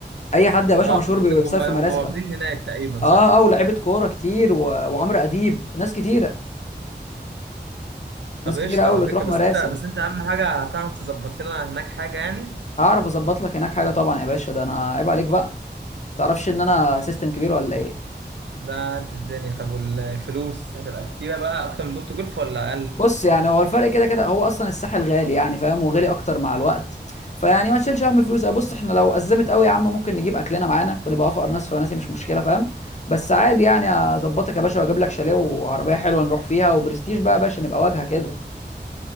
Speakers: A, on the left; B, on the right.
A: اي حد يا باشا
B: اه
A: مشهور
B: على
A: بي-
B: فكرة
A: بيصيف
B: هم هم
A: في مراسي
B: واخدين هناك تقريبا
A: اه
B: صح
A: اه ولاعيبه كوره كتير و... وعمرو اديب ناس كتيره
B: طب
A: ناس كتيره
B: قشطه
A: قوي
B: على فكره
A: بتروح
B: بس
A: مراسي
B: انت بس انت اهم حاجه هتعرف تظبط لنا هناك حاجه يعني
A: هعرف اظبط لك هناك حاجه طبعا يا باشا ده انا عيب عليك بقى تعرفش ان انا سيستم كبير ولا ايه
B: لا قد الدنيا طب والفلوس هتبقى كتيرة بقى أكتر من بورتو جولف ولا أقل؟
A: بص يعني هو الفرق كده كده هو اصلا الساحل غالي يعني فاهم وغالي اكتر مع الوقت فيعني ما تشيلش هم الفلوس بص احنا لو ازمت قوي يا عم ممكن نجيب اكلنا معانا ونبقى افقر ناس فناسي مش مشكله فاهم بس عادي يعني اظبطك يا باشا واجيب لك شاليه وعربيه حلوه نروح فيها وبرستيج بقى يا باشا نبقى واجهه كده